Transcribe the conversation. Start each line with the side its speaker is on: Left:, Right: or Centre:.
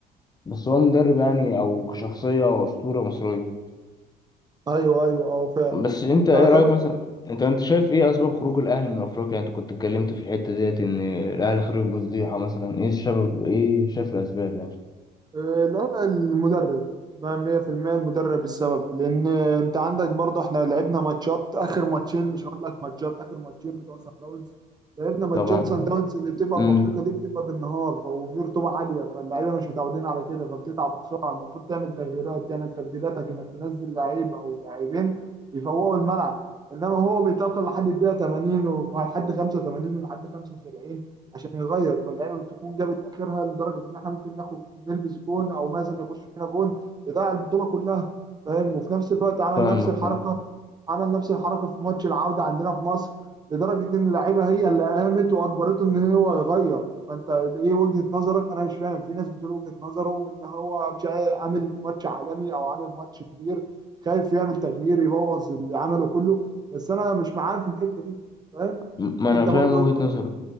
Left: بس هو مدرب يعني أو كشخصية أسطورة مصرية
Right: ايوه ايوه اه فعلا
Left: بس انت ايه
Right: آه
Left: رايك
Right: طب
Left: مثلا انت انت شايف ايه اسباب خروج الاهلي من افريقيا يعني انت كنت اتكلمت في الحته ديت ان الاهلي خرج بفضيحه مثلا ايه السبب ايه شايف الاسباب يعني
Right: آه، لا المدرب ما 100% المدرب السبب لان آه، انت عندك برضه احنا لعبنا ماتشات اخر ماتشين مش هقول لك ماتشات اخر ماتشين بتوع سان داونز لعبنا ماتشات
Left: طبعا
Right: سان داونز اللي بتبقى
Left: امم
Right: في افريقيا دي بتبقى بالنهار ف- وفي رطوبه عاليه فاللعيبه مش متعودين على كده فبتتعب بسرعه المفروض تعمل تغييرات تعمل تبديلاتك انك تنزل لعيب او لاعبين يفوقوا الملعب انما هو بيتاخر لحد الدقيقه 80 ولحد 85 ولحد 75 عشان يغير فاللعيبه بتكون جابت اخرها لدرجه ان احنا ممكن ناخد نلبس جون او مازن يخش فينا جون يضيع البطوله كلها فاهم وفي نفس الوقت عمل
Left: فاهمك
Right: نفس الحركه عمل نفس الحركه في ماتش العوده عندنا في مصر لدرجه ان اللعيبه هي اللي قامت واجبرته ان هو يغير فانت ايه وجهه نظرك انا مش فاهم في ناس بتقول وجهه نظره وان هو مش عامل ماتش عالمي او عامل ماتش كبير خايف يعمل تغيير يبوظ اللي عمله كله بس انا مش معاه في الحته دي فاهم
Left: ما انا
Right: انت
Left: فاهم
Right: برضو
Left: وجهة نظرك